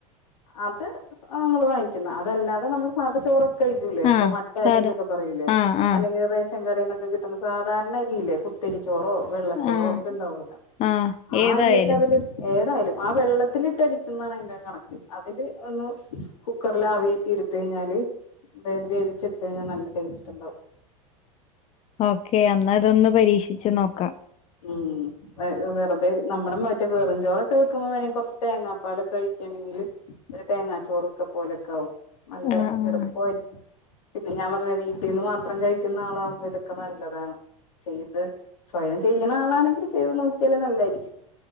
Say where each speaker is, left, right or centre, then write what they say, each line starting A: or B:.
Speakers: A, on the left; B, on the left.
A: അത് സ് നമ്മൾ വാങ്ങിക് ക്കുന്നെ അതല്ലാതെ നമ്മള് സാധ ചോറൊക്ക കഴിക്കൂലേ
B: ആഹ്
A: ഇപ്പൊ മട്ട
B: സാധാ
A: അരിന്നൊക്കെ പറയൂലേ
B: ആഹ് ആഹ്
A: അല്ലെങ്കിൽ റേഷൻ കടയിന്നൊക്കെ കിട്ടുന്ന സാധാരണ അരിയില്ലെ കുത്തരിച്ചോറോ വെള്- ള്ള ചോറോ
B: ആഹ്
A: ഒക്കെ ഉണ്ടാവുല്ലോ
B: ആഹ്
A: ആ
B: ഏതായാലും
A: അരിക്കെ അതില് ഏതായാലും ആ വെള്ളത്തിലിട്ടടിക്കുന്നതാണ് അതിന്റെ ആ കണക്ക് അതില് ഒന്ന് കുക്കറിൽ ആവിയേറ്റി എടുത്ത് കഴിഞ്ഞാല് വേല് വേവിച്ചെടുത്ത് കഴിഞ്ഞാൽ നല്ല ടേസ്റ്റ് ണ്ടാവും.
B: ഓക്കെ അന്നാ ഇതൊന്ന് പരീക്ഷിച്ച് നോക്കാ
A: ഉം വ് വെറുതെ നമ്മടെ മറ്റേ വെറും ചോറൊക്കെ വെക്കുമ്പോ വേണെങ്കി കുറച്ച് തേങ്ങാപ്പാലൊക്കെ ഒഴിക്കയാണെങ്കില് തേങ്ങാ ചോറൊക്കെ പോലൊക്കെ ആവും നല്ല
B: ആഹ്
A: എളുപ്പായിരിക്കും.
B: ആഹ്
A: പിന്നെ ഞാൻ പറഞ്ഞത് വീട്ടിൽ നിന്ന് മാത്രം കഴിക്കുന്ന ആളാകുമ്പോ ഇതൊക്കെ നല്ലതാണ് ചെയ്ത് സ്വയം ചെയ്യണ ആളാണെങ്കിൽ ചെയ്ത് നോക്കിയാലും നല്ലായിരിക്കും